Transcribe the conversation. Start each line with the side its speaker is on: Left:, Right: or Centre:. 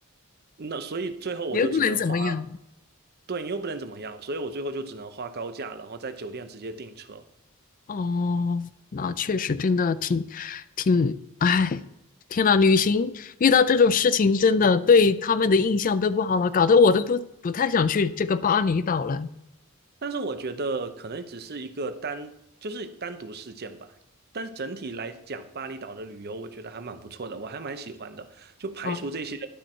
Right: 那所以最后我就只能花，
Left: 你又不能怎么样。
Right: 对你又不能怎么样，所以我最后就只能花高价，然后在酒店直接订车。
Left: 哦，那确实真的挺挺，哎，天呐，旅行遇到这种事情，真的对他们的印象都不好了，搞得我都不不太想去这个巴厘岛了。
Right: 但是我觉得可能只是一个单，就是单独事件吧。但是整体来讲，巴厘岛的旅游我觉得还蛮不错的，我还蛮喜欢的。就排除这些
Left: 啊